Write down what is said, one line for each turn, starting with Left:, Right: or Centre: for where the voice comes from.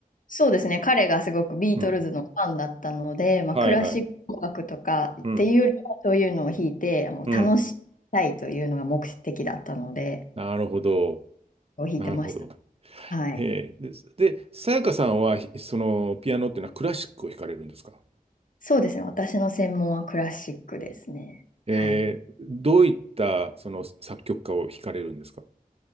Left: そうですね、彼がすごくビートルズのファンだったので、
Right: うん。
Left: まあ、
Right: はいはい。
Left: クラシック音楽とかっていうよりは、
Right: うん。
Left: そういうのを弾いて、もう楽しみたいというのが目的だったので。
Right: うん。なるほど。
Left: を弾いてました。
Right: なるほど。
Left: はい。
Right: へえ。で、でさやかさんは、ひその、ピアノっていうのはクラシックを弾かれるんですか
Left: そうですね。私の専門はクラシックですね。
Right: えー、
Left: はい。
Right: どういったその作曲家を惹かれるんですか